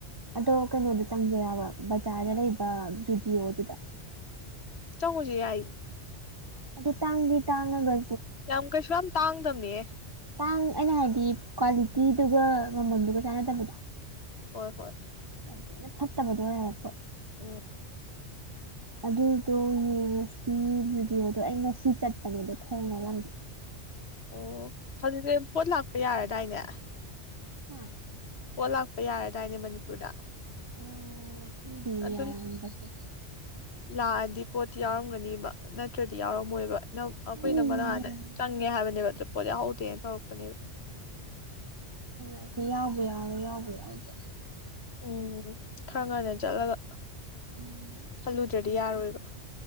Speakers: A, on the right; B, on the left.
A: ꯑꯗꯣ ꯀꯩꯅꯣꯗ ꯆꯪꯖꯤꯔꯕ ꯕꯖꯥꯔꯗ ꯂꯩꯕ ꯨꯖꯨꯗꯤꯌꯣꯗꯨꯗ
B: ꯆꯪꯉꯨꯁꯦ ꯌꯥꯏ
A: ꯑꯗꯨ ꯇꯥꯡꯗꯤ ꯇꯥꯡꯉꯒ
B: ꯌꯥꯝ ꯀꯩꯁꯨ ꯌꯥꯝ ꯇꯥꯡꯗꯕꯅꯦꯍꯦ
A: ꯥꯇꯥꯡ ꯑꯩꯅ ꯍꯥꯏꯗꯤ ꯀ꯭ꯋꯥꯂꯤꯇꯤꯗꯨꯒ ꯃꯃꯜꯗꯨꯒ ꯆꯥꯟꯅꯗꯕꯗꯣ
B: ꯍꯣꯏ ꯍꯣꯏ
A: ꯌꯥꯝ ꯊꯤꯅ ꯐꯠꯇꯕꯗꯣ ꯑꯣꯏꯕꯀꯣ
B: ꯎꯝ
A: ꯑꯗꯨꯗꯣ ꯌꯦꯡꯉꯁꯤ ꯖꯨꯗꯤꯑꯣꯗꯣ ꯑꯩ ꯉꯁꯤ ꯆꯠꯄꯅꯦꯕ ꯗꯣ ꯊꯣꯡ ꯂꯣꯜꯂꯝꯃꯦ
B: ꯑꯣ ꯍꯧꯖꯤꯛꯇꯤ ꯄꯣꯠ ꯂꯥꯛꯄ ꯌꯥꯔꯗꯥꯏꯅꯦ
A: ꯍꯥ
B: ꯄꯣꯠ ꯂꯥꯛꯄ ꯌꯥꯔꯗꯥꯏꯅꯦ ꯃꯅꯤꯄꯨꯔꯗ
A: ꯑ ꯈꯪꯗꯤꯌꯦ
B: ꯑꯗꯨ
A: ꯌꯔꯝꯕꯁꯨ
B: ꯂꯥꯛꯑꯗꯤ ꯄꯣꯠꯇꯤ ꯌꯥꯎꯔꯝꯒꯅꯤꯕ ꯅꯠꯇ꯭ꯔꯗꯤ ꯌꯥꯎꯔꯝꯃꯣꯏꯕ ꯅ ꯑꯩꯈꯣ
A: ꯎꯝ
B: ꯏꯅꯝꯃ ꯅꯥꯍꯟ
A: ꯌꯥꯔ
B: ꯆꯪꯉꯦ ꯍꯥꯏꯕꯅꯦꯕ ꯄꯣꯠ ꯌꯥꯎꯍꯧꯗꯦꯅ ꯇꯧꯔꯛꯄ ꯄꯅꯤꯕ
A: ꯍꯥꯏꯗꯤ ꯌꯥꯎꯕꯨ ꯌꯥꯎꯔꯦ ꯌꯥꯎꯕꯨ ꯌꯥꯎꯗ꯭ꯔꯦ
B: ꯎꯝ ꯈꯔ ꯉꯟꯅ ꯆꯠꯂꯒ
A: ꯎꯝ
B: ꯈꯜꯂꯨꯗ꯭ꯔꯗꯤ
A: ꯑꯗꯒꯤ
B: ꯌꯥꯔꯣꯏꯕ